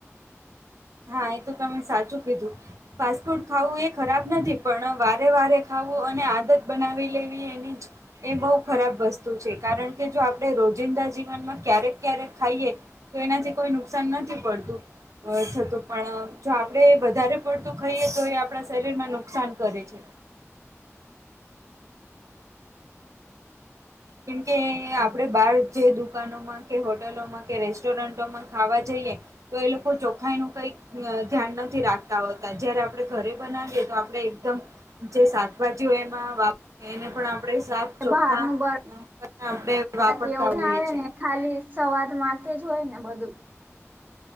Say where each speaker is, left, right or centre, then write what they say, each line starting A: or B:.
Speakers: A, on the right; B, on the right.
A: હા એ તો તમે સાચું કીધું ફાસ્ટફૂડ ખાવું એ ખરાબ નથી પણ વારે વારે ખાવું અને આદત બનાવી લેવી એની જ એ બહુ ખરાબ વસ્તુ છે કારણ કે જો આપણે રોજિંદા જીવનમાં ક્યારેક ક્યારેક ખાઈએ તો એનાથી કોઈ નુકસાન નથી પડતું તો પણ જો આપડે વધારે પડતું ખાઈએ તો એ આપણા શરીરમાં નુકસાન કરે છે. કેમકે આપડે બહાર જે દુકાનોમાં કે હોટેલોમાં કે રેસ્ટોરન્ટોમાં ખાવા જઈએ તો એ લોકો ચોખાઈ ન કઈક અ ધ્યાન નથી રાખતા હોતા જયારે આપડણે ઘરે બનાવીએ તો આપણે એકદમ જે શાકભાજી હોય એમાં વાવ એને પણ આપણેે શાક ચોખા
B: બહારનું બ
A: આપણેે વાપરતા
B: રાતે એવું
A: હોઈએ
B: ના આવે
A: છ છેએ
B: ને ખાલી સવાદ માટે જ હોય ને બધું.